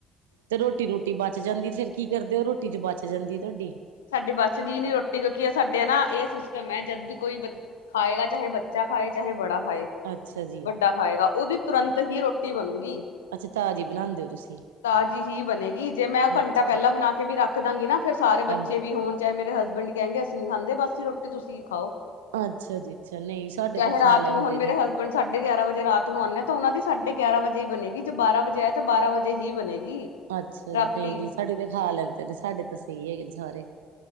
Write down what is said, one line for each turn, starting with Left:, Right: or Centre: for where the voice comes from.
Right: ਤੇ, ਰੋਟੀ -ਰੂਟੀ ਬਚ ਜਾਂਦੀ, ਫੇਰ ਕੀ ਕਰਦੇ ਓ ਰੋਟੀ ਜੇ ਬਚ ਜਾਂਦੀ, ਤੁਆਡੀ।
Left: ਸਾਡੇ ਬਚ ਦੀ ਨੀ ਰੋਟੀ, ਕਿਉਂਕਿ ਏਹ ਸਾਡੇ ਨਾ ਏਹ ਸਿਸਟਮ ਐ, ਜਦ ਵੀ ਕੋਈ ਬੱ ਖਾਏਗਾ ਚਾਹੇ ਬੱਚਾ ਖਾਏ, ਚਾਹੇ ਬੜਾ ਖਾਏ।
Right: ਅੱਛਾ ਜੀ।
Left: ਵੱਡਾ ਖਾਏਗਾ ਓਦੀ ਤੁਰੰਤ ਹੀ ਰੋਟੀ ਬਣੂਗੀ।
Right: ਅੱਛਾ ਤਾਜ਼ੀ ਬਣਾਉਂਦੇ ਹੋ ਤੁਸੀਂ
Left: ਤਾਜ਼ੀ ਹੀ ਬਣੇਗੀ ਜੇ ਮੈਂ ਘੰਟਾ
Right: ਅੱਛਾ
Left: ਪਹਿਲਾਂ ਬਣਾ ਕੇ ਵੀ ਰੱਖ ਰੱਖਦਾਂਗੀ ਨਾ ਫੇਰ ਸਾਰੇ ਬੱਚੇ
Right: ਹਾਂਜੀ।
Left: ਵੀ ਹੋਣ ਚਾਹੇ ਮੇਰੇ ਹਸਬੈਂਡ ਕਹਿੰਗੇ ਅਸੀਂ ਨੀ ਖਾਂਦੇ ਬਸ ਹੀ ਰੋਟੀ ਤੁਸੀਂ ਖਾਓ।
Right: ਅੱਛਾ ਜੀ ਅੱਛਾ ਨਈ ਸਾਡੇ
Left: ਚਾਹੇ
Right: ਤਾਂ
Left: ਰਾਤ
Right: ਖਾ ਲੈਂਦੇ
Left: ਨੂੰ ਹੁਣ ਮੇਰੇ
Right: ਨੇ।
Left: ਹਸਬੈਂਡ ਸਾਢੇ ਗਿਆਰਾਂ ਵਜੇ ਰਾਤ ਨੂੰ ਆਨੇ ਹਾਂ, ਤਾਂ ਉਹਨਾਂ ਦੀ ਸਾਢੇ ਗਿਆਰਾਂ ਵਜੇ ਹੀ ਬਣੇਗੀ, ਜੇ ਬਾਰਾਂ ਵਜੇ ਆਏ ਤਾਂ ਬਾਰਾਂ ਵਜੇ ਹੀ ਬਣੇਗੀ।
Right: ਅੱਛਾ
Left: ਰਾਤੀ
Right: ਜੀ ਨਈਂ-ਨਈਂ ਜੀ ਸਾਡੇ ਤੇ ਖਾ ਲੈਂਦੇ ਨੇ ਸਾਡੇ ਤਾਂ ਸਹੀ ਹੈਗੇ ਨੇ ਸਾਰੇ।